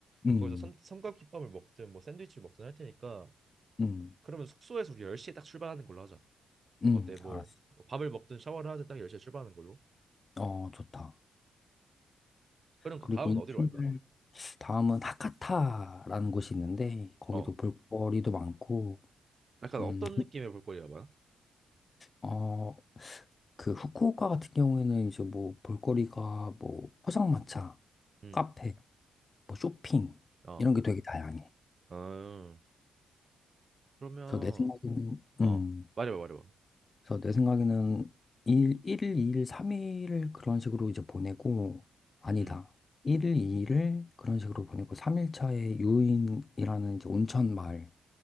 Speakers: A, on the left; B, on the right.
A: 음,
B: 거기서 삼, 삼각김밥을 먹든 뭐 샌드위치를 먹든 할 테니까
A: 음,
B: 그러면 숙소에서 우리 10시에 딱 출발하는 걸로 하자.
A: 음,
B: 어때? 뭐
A: 알았어.
B: 뭐 밥을 먹든 샤워를 하든 딱 10시에 출발하는 걸로.
A: 어, 좋다.
B: 그럼 그
A: 그리고
B: 다음은
A: 인천을
B: 어디로 갈까?
A: 다음은 하카타라는 곳이 있는데 거기도
B: 어.
A: 볼거리도 많고,
B: 약간
A: 음,
B: 어떤 느낌의 볼거리가 많아?
A: 어, 그 후쿠오카 같은 경우에는 이제 뭐 볼거리가 뭐 포장마차,
B: 음.
A: 카페, 뭐 쇼핑
B: 어.
A: 이런 게 되게 다양해.
B: 어. 그러면
A: 그래서 내 생각에는,
B: 어.
A: 음,
B: 말해봐, 말해봐.
A: 그래서 내 생각에는 1, 일 2일, 3일을 그런 식으로 이제 보내고, 아니다.
B: 음.
A: 1일, 2일을 그런 식으로 보내고, 3일 차에 유인이라는 이제 온천 마을